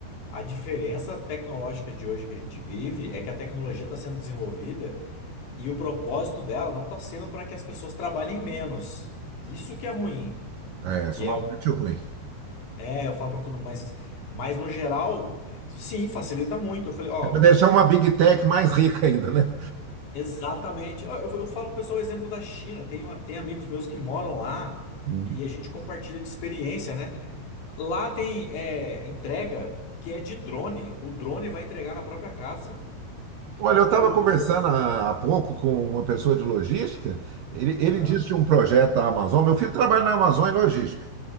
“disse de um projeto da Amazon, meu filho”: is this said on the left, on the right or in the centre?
Right